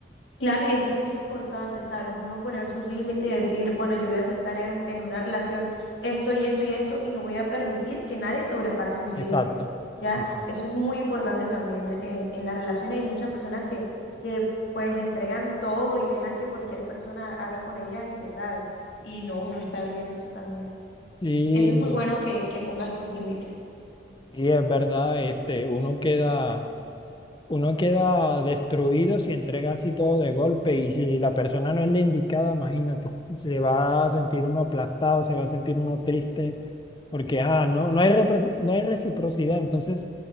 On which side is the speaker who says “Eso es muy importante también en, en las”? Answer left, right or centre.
Left